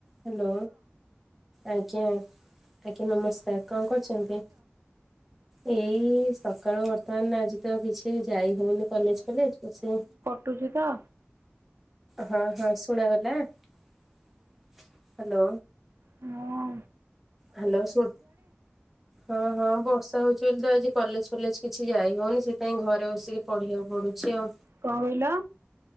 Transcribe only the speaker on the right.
ଖୁସି ତ?
ହଁ।
କଣ କହିଲ?